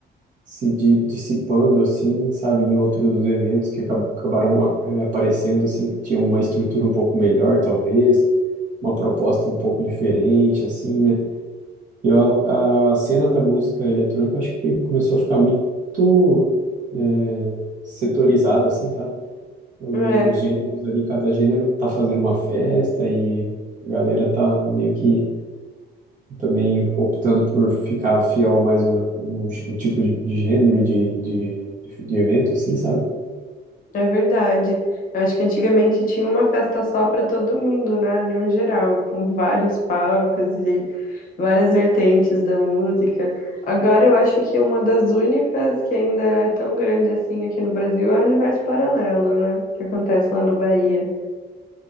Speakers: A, on the right (about 45°); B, on the left (about 50°).
A: se di- dissipando assim, sabe, em outros eventos que acab- acabaram a- eh, aparecendo assim, que tinham uma estrutura um pouco melhor, talvez, uma proposta um pouco diferente, assim, né? E a, a cena da música eletrônica, acho que começou a ficar muito eh, setorizada, assim, sabe? Os
B: É.
A: gêneros ali, cada gênero tá fazendo uma festa e a galera tá meio que também optando por ficar fiel a mais um, um, gê- um tipo de, de gênero de, de, de, de evento, assim, sabe?
B: É verdade. Eu acho que antigamente tinha uma festa só para todo mundo, né? Em um geral, com vários palcos e várias vertentes da música. Agora eu acho que uma das únicas que ainda é tão grande assim aqui no Brasil é o Universo Paralelo, né? Que acontece lá na Bahia.